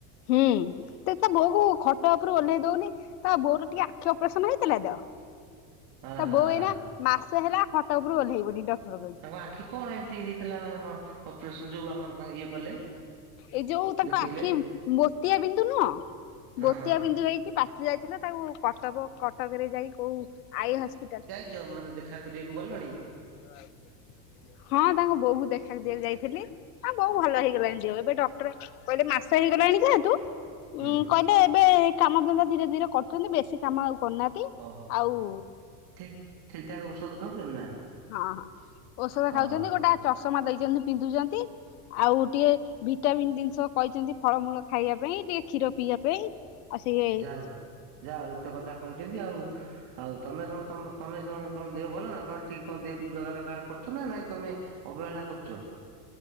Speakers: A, on the left; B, on the right.
A: ହୁଁ ସେ ତ ବୋହୁ ଖଟ ତାରୁ ଓହ୍ଲେଇ ଦଉନି ତା ବୋଉର ଟିକେ ଆଖି ଅପରେସନ ହେଇଥିଲା ତ୍
B: ଆ
A: ତା
B: ହା
A: ବୋଉ
B: ହା
A: ଏଇନା ମାସ ହେଲା ଖଟ ଉପରୁ ଓହ୍ଲେଇବନି ଡକ୍ଟର କହିଛି।
B: ତାଙ୍କ ଆଖି କଣ ଏମିତି ହେଇଥିଲା ହଁ। ଅପରେସନ ଯୋଉ ଆମର ତାଙ୍କ ଇଏ କଲେ
A: ଏଇ ଯୋଉ ତାଙ୍କ
B: ଦେଖେଇଲେ
A: ଆଖି ଗୋଟିଏ ବିନ୍ଦୁ ନୁହଁ
B: ହଁ
A: ଗୋଟିଏ
B: ହଁ
A: ବିନ୍ଦୁ ହେଇକି ପାଚି ଯାଇଥିଲା ତାକୁ କଟକ କଟକରେ ଯାଇ କୋଉ ଆଇ ହସ୍ପିଟାଲ
B: ଯଉମାନେ ଦେଖା କରିବାକୁ ଗଲେଣି।
A: <unintelligible> ହଁ ତାଙ୍କୁ ବୋଉକୁ ଦେଖା କରିବାକୁ ଯାଇଥିଲି। ହଁ ବୋଉ ଭଲ ହେଇଗଲାଣି ଯଉ ଏବେ ଡକ୍ଟର କହିଲେ ମାସ ହେଇଗଲାଣି ଯେହେତୁ
B: ହୁଁ।
A: ଉଁ କହିଲେ ଏବେ କାମ ଧନ୍ଦା ଧୀରେ ଧୀରେ କରୁଛନ୍ତି ବେଶୀ କାମ ଆଉ କରୁନାହାନ୍ତି।
B: ଓହୋ
A: ଆଉ
B: ଠିକ୍ ଠିକ୍ ଠାକ ଔଷଧ ଖାଉଛନ୍ତି ନା।
A: ହଁ ହଁ ଔଷଧ
B: ହଁ
A: ଖାଉଛନ୍ତି
B: ହଁ
A: ଗୋଟେ ଚଷମା ଦେଇଛନ୍ତି ପିନ୍ଧୁଛନ୍ତି। ଆଉ ଟିକେ ଭିଟାମିିନ ଜିନିଷ କହିଛନ୍ତି ଫଳମୂଳ ଖାଇବା ପାଇଁ ଟିକେ କ୍ଷୀର ପିଇବା ପାଇଁ। ଆଉ ସେ
B: ଯାଉ ଯାଉ ଏତେ କଥା କହିଛନ୍ତି ଆଉ। ଆଉ ତମେ ତମେ ତମ ଦେହ ଭଲ ନା ତମେ ଠିକ ତମ ଦେହକୁ ଜଗା ରଖା କରୁଛ ନା ନାଇଁ ତମେ ଅବହେଳା କରୁଚ।